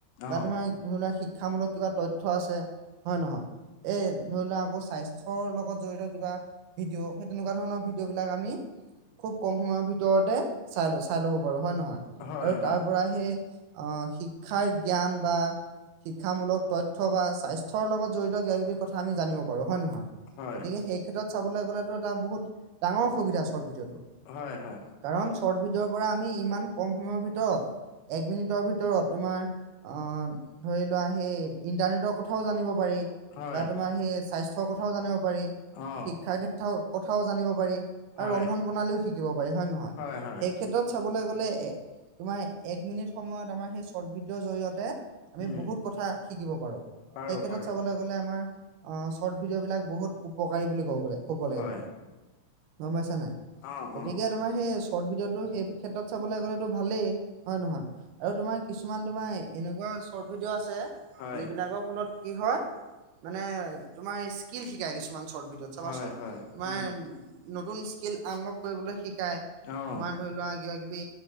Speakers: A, on the right (about 70°); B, on the left (about 70°).
A: বা
B: অ',
A: তোমাৰ ধৰি লোৱা শিক্ষামূলক কিবা তথ্য আছে। হয় নহয় এই ধৰি লোৱা আকৌ স্বাস্থ্যৰ লগত জড়িত কিবা। ভিডিঅ' সেই তেনেকুৱা ধৰণৰ ভিডিঅ'বিলাক আমি! খুব কম সময়ৰ ভিতৰতে চাই চাই ল'ব পাৰো হয় নহয়?
B: হয়,
A: আৰু তাৰ
B: হয়,
A: পৰা সেই আহ শিক্ষাৰ জ্ঞান বা! শিক্ষামূলক তথ্য বা স্বাস্থ্যৰ লগত জড়িত কিবাকিবি কথা আমি জানিব পাৰোঁ হয় নহয়?
B: হয়,
A: গতিকে সেই ক্ষেত্ৰত চাবলৈ গ'লেতো এটা বহুত! ডাঙৰসু বিধা চৰ্ট ভিডিঅ'টো
B: হয়, হয়,
A: কাৰণ চৰ্ট ভিডিঅ'ৰ পৰা আমি ইমান কম সময়ৰ ভিতৰত! ভিতৰত এক মিনিটৰ ভিতৰত তোমাৰ! আহ ধৰি লোৱা সেই ইণ্টাৰনেটৰ কথাও জানিব পাৰি।
B: হয়,
A: বা তোমাৰ সেই স্বাস্থ্যৰ কথাও জানিব পাৰি শিক্ষা
B: অ',
A: ক্ষেত্ৰৰ কথাও জানিব পাৰি।
B: হয়,
A: আৰু ৰন্ধন প্ৰণালীও শিকিব পাৰি হয়ে নহয়
B: হয়, হয়,
A: সেই ক্ষেত্ৰত চাবলৈ গ'লে এ! তোমাৰ এক মিনিট সময়ত আমাৰ সেই! চৰ্ট ভিডিঅৰ জৰিয়তে আমি
B: উম,
A: বহুত কথা শিকিব পাৰো
B: পাৰো,
A: সেই ক্ষেত্ৰত
B: পাৰো,
A: চাবলৈ! গলে আমাৰ আহ চৰ্ট ভিডিঅ' বিলাক বহুত উপকাৰী বুলি কব কব লাগিব।
B: হয়,
A: গম পাইছা নাই
B: অ',
A: গতিকে
B: অ',
A: তোমাৰ সেই চৰ্ট ভিডিঅ'টো সেই ক্ষেত্ৰত চাবলৈ গ'লেতো ভালেই। হয় নহয় আৰু তোমাৰ কিছুমান তোমাৰ এনেকুৱা! চৰ্ট ভিডিঅ' আছে
B: হয়,
A: যিবিলাকৰ ফলত কি হয় মানে! তোমাৰ স্কিল শিকায় কিুমান চৰ্ট ভিডিঅত চাবাচোন।
B: হয়, হয়,
A: তোমাৰ
B: উম,
A: নতুন স্কিল আনলক কৰিবলৈ শিকাই
B: অ',
A: তোমাৰ ধৰি লোৱা কিবা কিবি। বি